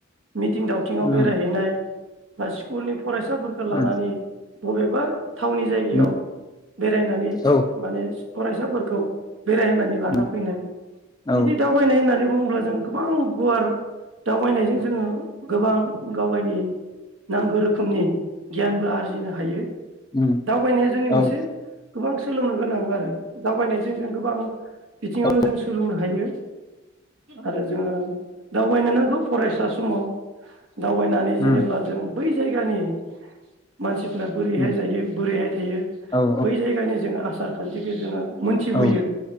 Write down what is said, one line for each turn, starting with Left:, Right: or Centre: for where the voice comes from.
Right: मिथिं दा बिथिङाव
Left: उम
Right: बेरायहैनाय बासि स्कुलनि फरायसाफोरखौ लानानै
Left: उम
Right: बबेबा थावनि जायगायाव
Left: उम
Right: बेरायनानै
Left: औ
Right: माने फरायसाफोरखौ बेरायहोनानै लाना
Left: उम
Right: फैनाय
Left: औ
Right: बिदि दावबायनाय होननानै बुङोब्ला जों गोबां गुवार दावबायनायजों जोङो गोबां गाव गायनि नांगौ रोखोमनि गियानबो आरजिनो हायो
Left: उम
Right: दावबायनाया जोंनि
Left: औ
Right: मोनसे गोबां सोलोंनो गोनां आरो दावबायनायजों जों गोबां बिथिङावनो
Left: औ
Right: जों सोलोंनो हायो आरो जोङो दावबायनो नांगौ फरायसा समाव दावबायनानै
Left: औ
Right: जेनेब्ला
Left: उम
Right: जों बै जायगानि मानसि फोरा बोरैहाय
Left: उम
Right: जायो बोरैहाय थायो
Left: औ
Right: बै जायगानि जोंङो आसार खान्थिखौ जोङो मोनथिबोयो
Left: औ